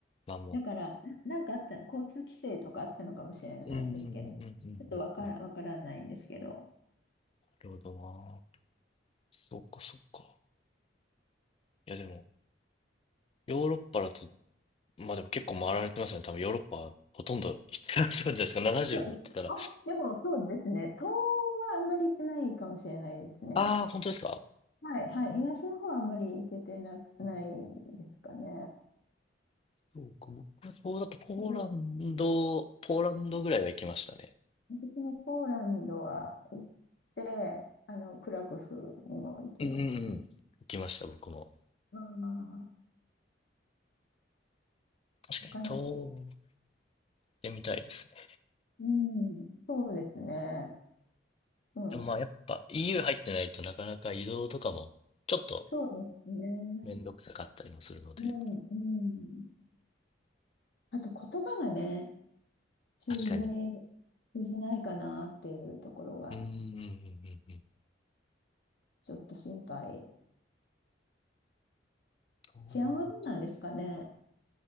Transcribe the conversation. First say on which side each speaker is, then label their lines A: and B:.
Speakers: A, on the left (about 30°); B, on the left (about 60°).
A: まあも
B: だから、な、なんかあったの、交通規制とかあったのかもしれないんですけど、
A: う、うんうんうんうんうんうんうん。
B: ちょっとわから、
A: な
B: わからないんですけど。
A: るほどな。そっかそっか。いやでも、ヨーロッパだと、まあでも結構回られてますね。多分ヨーロッパほとんど行ってらっしゃるんじゃないですか。70の行ってたら。
B: そうあ、でもそうですね。東はあんまり行ってないかもしれないですね。
A: ああ、本当ですか
B: はい、はい。東の方はあんまり行けてなく、
A: うん
B: ないですかね。
A: そうか、僕、そうだとポーランド、
B: うん
A: ポーランドぐらいは行きましたね。
B: 私もポーランドは行って、あの、クラクフにも行きましたね。
A: うんうんうん。行きました、僕も。
B: ああ、な
A: 確かに、
B: かなか。
A: 遠出みたいですね。
B: うん、そうですね。うん、
A: でもまあやっぱ EU 入ってないとなかなか移動とかもちょっと
B: そうですね。
A: めんどくさかったりもするので、
B: うん、うん。あと言葉がね、通じ、
A: 確かに。
B: 通じないかなっていうところが。
A: うーん、うん、うん、うん。
B: ちょっと心配。
A: そうだって。
B: 治安はどうなんですかね。